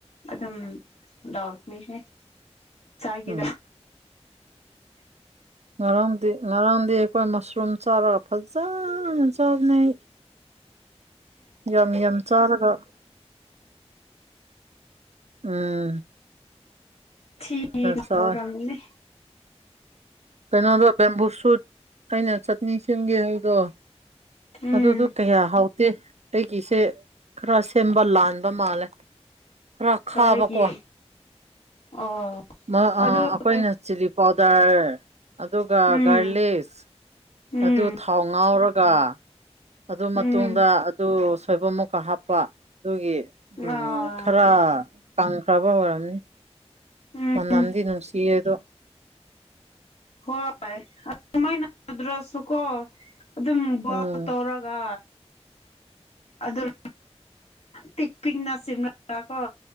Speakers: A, on the left (about 65°); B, on the right (about 75°).
A: ꯑꯗꯨꯝ ꯂꯥꯎꯅꯤꯍꯦ ꯆꯥꯏꯒꯤꯗ
B: ꯎꯝ ꯉꯔꯥꯡꯗꯤ- ꯉꯔꯥꯡꯗꯤ ꯑꯩꯈꯣꯏ ꯃꯁꯔꯨꯝ ꯆꯥꯔꯒ ꯐꯖꯥꯅ ꯆꯥꯕꯅꯦ ꯑꯩ ꯌꯥꯝ- ꯌꯥꯝ ꯆꯥꯔꯒ ꯎꯪ
A: UNINTELLIGIBLE
B: ꯆꯥ ꯀꯩꯅꯣꯗꯣ ꯕꯦꯝꯕꯨꯁꯨꯠ ꯑꯩꯅ ꯆꯠꯇꯅꯤ ꯁꯦꯝꯒꯦ ꯍꯥꯏꯕꯗꯣ
A: ꯎꯝ
B: ꯑꯗꯨꯗꯣ ꯀꯌꯥꯍꯥꯎꯇꯦ ꯑꯩꯒꯤꯁꯦ ꯈꯔꯥ ꯁꯦꯝꯕ ꯂꯥꯜꯕ ꯃꯥꯟꯂꯦ ꯈꯔꯥ ꯈꯥꯕꯀꯣ
A: ꯀꯔꯤꯒꯤ ꯑꯣ
B: ꯃꯥ ꯑꯥ
A: ꯑꯗꯨ
B: ꯑꯩꯈꯣꯏꯅ
A: ꯀꯩ
B: ꯆꯤꯂꯤ ꯄꯥꯎ ꯗꯔ ꯑꯗꯨꯒ
A: ꯎꯝ
B: ꯒꯥꯔꯂꯤꯛꯁ
A: ꯎꯝ
B: ꯑꯗꯨ ꯊꯥꯎ ꯉꯧꯔ ꯑꯗꯨ
A: ꯎꯝ
B: ꯃꯇꯨꯡꯗ ꯑꯗꯨ ꯁꯣꯏꯕꯨꯝ ꯃꯨꯛꯀ ꯍꯥꯞꯄ ꯑꯗꯨꯒꯤ ꯎꯪ
A: ꯑꯥ
B: ꯈꯔꯥ ꯀꯪꯈ꯭ꯔꯕ ꯑꯣꯏꯔꯝꯅꯤ
A: ꯎꯝ
B: ꯃꯥꯅꯝꯗꯤ ꯅꯨꯡꯁꯤꯌꯦ ꯑꯗꯣ
A: ꯍꯣꯏꯌꯦ ꯑꯗꯨꯃꯥꯏꯅ ꯇꯧꯗ꯭꯭ꯔꯁꯨ ꯀꯣ ꯑꯗꯨꯝ ꯕꯣꯔꯠꯇ
B: ꯎꯝ
A: ꯇꯧꯔꯒ ꯑꯗꯨꯝ ꯄꯤꯛ-ꯄꯤꯛꯅ ꯆꯤꯡꯂꯒ ꯀꯣ